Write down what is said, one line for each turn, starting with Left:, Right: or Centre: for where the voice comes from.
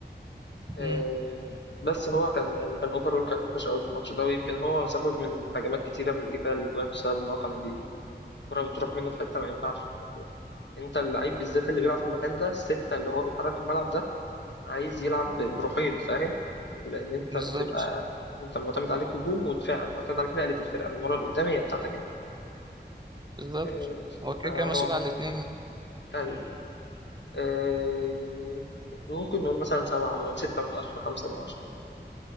Left: آه،
Right: مم.
Left: بس هو كان يعني كان اوفرول كان وحش قوي في الماتش ده ويمكن هو سبب من هجمات كتيره من اللي جه فيها الاجوان بسبب ان هو كان بي- الكره بتروح منه في حته ما ينفعش يروح فيها. انت اللعيب بالذات اللي بيلعب في المكان ده السته اللي هو بيحرك الملعب ده عايز يلعب ب- بروحين فاهم لان انت
Right: بالظبط
Left: بتبقى انت معتمد عليك هجوم ودفاع انت معتمد عليك نقله الفرقه من ورا لقدام هي بتاعتك انت
Right: بالظبط
Left: آه،
Right: هو كده
Left: فهو
Right: كده مسؤول
Left: م-
Right: عن الاتنين يعني
Left: ايوه آه، ممكن نقول مثلا سبعة من ستة من عشرة خمسة من عشرة